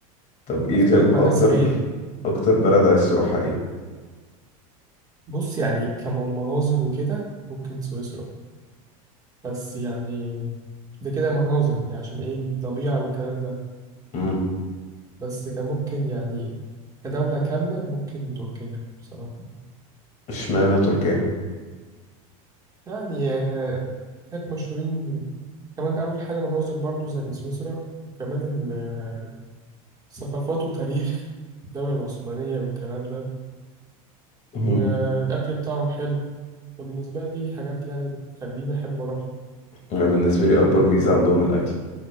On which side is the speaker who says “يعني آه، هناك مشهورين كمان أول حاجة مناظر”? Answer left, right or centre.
Right